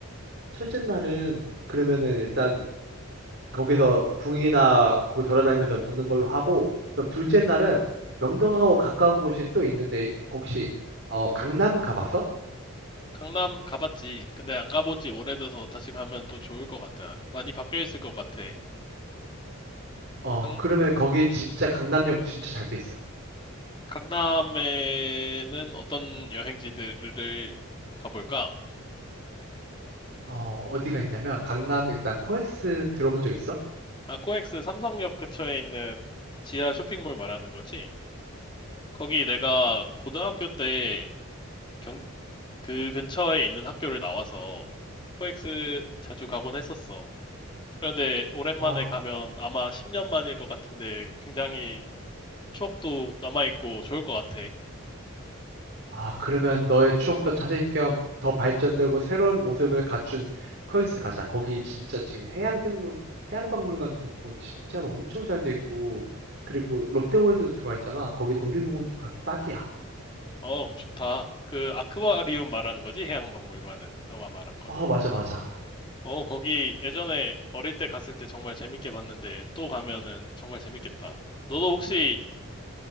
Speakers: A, on the right; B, on the left.
A: 첫째 날은 그러면은 일단 거기서 궁이나 거기 돌아다니면서 먹는 걸로 하고 그럼 둘째 날은 명동하고 가까운 곳이 또 있는데 혹시 어 강남 가봤어?
B: 강남 가봤지. 근데 안 가본 지 오래돼서 다시 가면 또 좋을 것 같아. 많이 바뀌어 있을 것 같아.
A: 어
B: 강,
A: 그러면 거기 진짜 강남역 진짜 잘 돼 있어.
B: 강남에는 어떤 여행지들을 가볼까?
A: 어 어디가 있냐면 강남 일단 코엑스 들어본 적 있어?
B: 아, 코엑스 삼성역 근처에 있는 지하 쇼핑몰 말하는 거지? 거기 내가 고등학교 때 경, 그 근처에 있는 학교를 나와서 코엑스 자주 가곤 했었어. 그런데 오랜만에
A: 아
B: 가면 아마 10년 만일 것 같은데 굉장히 추억도 남아있고 좋을 것 같아.
A: 아, 그러면 너의 추억도 찾을 겸 더 발전되고 새로운 모습을 갖춘 코엑스 가자. 거기 진짜 지금 해양생물, 해양박물관도 있고, 진짜로 엄청 잘 돼 있고, 그리고 롯데월드도 들어와 있잖아. 거기 놀이공원도 가기 딱이야.
B: 어, 좋다. 그 아쿠아리움 말하는 거지? 해양박물관은. 너가 말한 것.
A: 어, 맞아, 맞아.
B: 어, 거기 예전에 어릴 때 갔을 때 정말 재밌게 봤는데 또 가면은 정말 재밌겠다. 너도 혹시